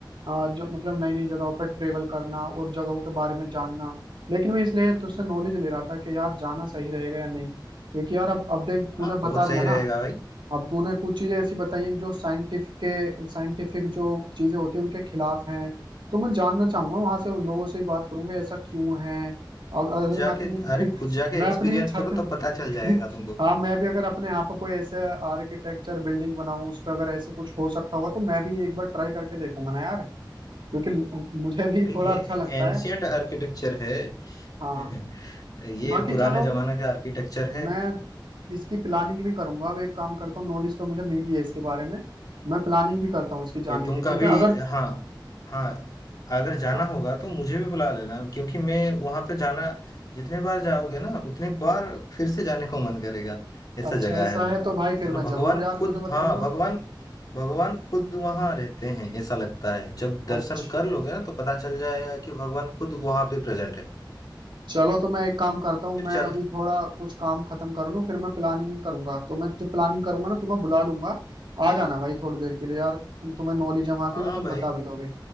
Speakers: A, on the right; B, on the left.
A: आ, जो मतलब नई नई जगहों पर ट्रेवल करना और जगहों के बारे में जानना लेकिन मैं इसलिए तुझसे नॉलेज ले रहा था कि यार जाना सही रहेगा या नहीं क्योंकि यार अब अब देख तूने
B: हाँ बहुत
A: बता दिया
B: सही
A: ना
B: रहेगा भाई
A: अब तूने कुछ चीजें ऐसी बताई हैं जो साइंटिफिक के साइंटिफिक जो चीजें होती हैं उनके खिलाफ हैं तो मैं जानना चाहूंगा वहां से उन लोगों से ही बात करूंगा ऐसा क्यों है अ- अगर
B: खुद जाके
A: मैं अपनी <laughs>
B: अरे खुद जाके
A: मैं
B: एक्सपीरियंस
A: अपनी छत
B: करो तो पता चल जाएगा
A: <laughs>
B: तुमको
A: हाँ मैं भी अगर अपने यहाँ पर कोई ऐसे आर्किटेक्चर बिल्डिंग बनाऊं उस पर अगर ऐसे कुछ हो सकता होगा तो मैं भी एक बार ट्राई करके देखूंगा ना यार क्योंकि ल- मुझे भी
B: अरे
A: थोड़ा
B: ये
A: अच्छा लगता
B: एंशियंट
A: है
B: आर्किटेक्चर है
A: हाँ
B: <laughs> ये
A: बाकी
B: पुराने
A: चलो
B: जमाने का आर्किटेक्चर है
A: मैं इसकी प्लानिंग भी करूंगा अब एक काम करता हूँ नॉलेज तो मुझे मिल गई है इसके बारे में मैं प्लानिंग भी करता हूँ इसकी जाने
B: ये तुम
A: की ठीक
B: कभी
A: है अगर
B: हाँ हाँ अगर जाना
A: अ-
B: होगा तो मुझे भी बुला लेना क्योंकि मैं वहां पे जाना जितने बार जाओगे ना उतने बार फिर से जाने को मन करेगा ऐसा
A: अच्छा
B: जगह
A: ऐसा
B: है वो
A: है तो भाई फिर
B: मतलब
A: मैं
B: भगवान
A: जरूर यार
B: खुद
A: तुझे बताऊंगा
B: हाँ भगवान भगवान खुद वहां रहते हैं ऐसा लगता है जब दर्शन
A: अच्छा
B: कर लोगे ना तो पता चल जाएगा कि भगवान खुद वहां पे प्रेजेंट है
A: चलो तो मैं एक काम करता हूँ
B: फिर
A: मैं
B: चल
A: अभी थोड़ा कुछ काम खत्म कर लूँ फिर मैं प्लानिंग करूंगा तो मैं जो प्लानिंग करूंगा ना तुम्हें बुला लूंगा आ जाना भाई थोड़ी देर के लिए यार तुम तुम्हें नॉलेज है वहाँ
B: हाँ
A: की तो तुम
B: भाई
A: बता भी दोगे